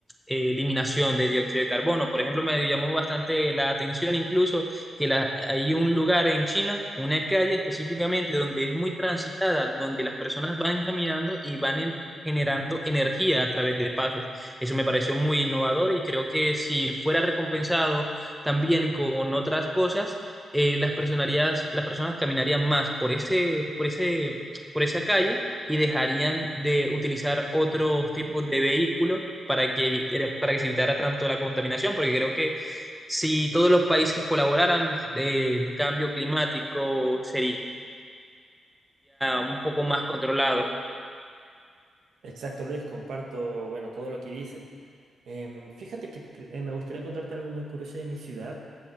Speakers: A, in the centre; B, on the right.
A: eh, eliminación de dióxido de carbono. Por ejemplo, me llamó bastante la atención incluso que la- hay un lugar en China, una calle específicamente, donde es muy transitada, donde las personas van caminando y van en- generando energía a través de pasos. Eso me pareció muy innovador y creo que si fuera recompensado también con otras cosas, eh, las personarías- las personas caminarían más por ese, por ese, por esa calle y dejarían de utilizar otros tipos de vehículos para que, evite- para que se evitara tanto la contaminación, porque creo que si todos los países colaboraran, eh, el cambio climático sería un poco más controlado.
B: Exacto, Luis, comparto, bueno, todo lo que dices. Em, fíjate que te- eh, me gustaría contarte algo muy curioso de mi ciudad,